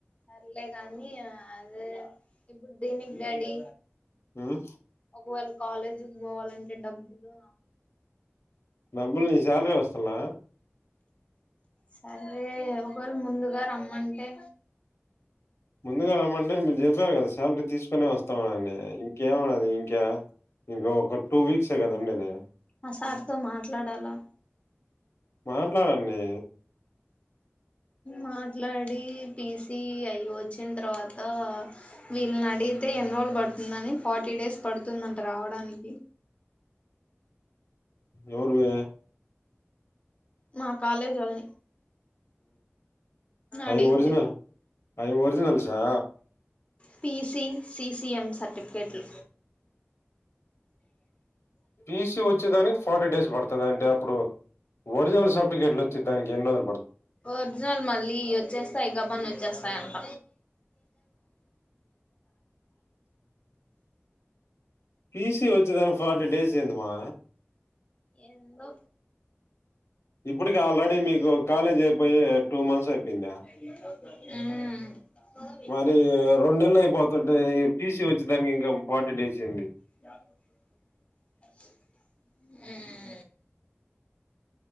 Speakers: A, on the left; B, on the left.
A: పర్ల్లే కానీ అదే ఇప్పుడు దేనికి డాడి
B: మ్
A: ఒకవేళ కాలేజీకి పోవాలంటే డబ్బులు
B: డబ్బులు నీ సాలరీ వస్తలా
A: సరే ఒకవేళ ముందుగా రమ్మంటే
B: ముందుగా రమ్మంటే మీరు చెప్పారు కదా సాలరీ తీసుకుొనే వస్తాం అన్ని ఇంకేమున్నదీ ఇంకా ఇంకా ఒక టూ వీక్సే కదండి ఉండేది
A: ఆ సార్ తో మాట్లాడాలా
B: మాట్లాడండి
A: మాట్లాడి పిసి అయ వచ్చిన తర్వాత వీళ్ళని అడిగితే ఎన్నిరోజులు పడుతుందని ఫార్టీ డేస్ పడుతుందంట రావడానికి
B: ఎవరువి
A: మా గొల్లేగేవోల్లే
B: అవి
A: అడిగితే
B: ఒరిజినల్ అవి ఒరిజినల్సా
A: పిసి సి సిఎం సర్టిఫికెట్లు
B: టీసీ వచ్చేదానికి ఫార్టీ డేస్ పడుతుంది అంటే అప్పుడు ఒరిజినల్ సర్టిఫికేట్లు వచ్చే దానికి ఎన్నిరోజులో
A: ఒరిజినల్ మళ్ళీ వచ్చేస్తాయి కబన్ వచ్చేస్తాయంట
B: టీ సీ వచ్చేదానికి ఫార్టీ డేస్ ఏందిమ్మా
A: ఎంతో
B: ఇప్పటికి ఆల్రెడీ మీకు కాలేజ్ అయిపోయి టూ మంత్స్ అయిపోయిందా
A: హమ్
B: మరి రెండు నెలలు అయిపోతుంటే టీ సీ వచ్చేదానికి ఇంకా ఫార్టీ డేస్ ఏంది
A: ఉమ్